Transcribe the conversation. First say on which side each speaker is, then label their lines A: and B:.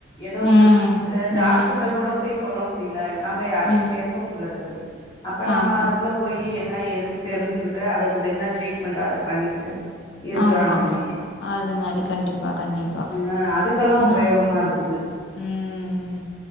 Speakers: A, on the left; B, on the left.
A: எதோ
B: ம்
A: ஒண்ணு அ டாக்டர்க்ட்ட
B: ம்
A: கூட போயி சொல்ல முடில நம்ப யார்ட்டியு
B: ம்
A: பேசவும் முல்ல அத பத்தி அப்ப நம்ம
B: ஆமா
A: அதுக்குள்ள போயி என் ன்ன ஏதுன் தெரிஞ்சுக்கிட்டு அத அது என்ன ட்ரீட்மெண்ட்டோ அத பண்ணிக்கிட்டு இருக்கறாங்க
B: ஆமா
A: இன்னக்கி
B: அது மாரி கண்டிப்பா கண்டிப்பா
A: அஹ் அதுக்கெல்லா
B: ஆனா
A: உபயோகமா இருக்குது
B: ம்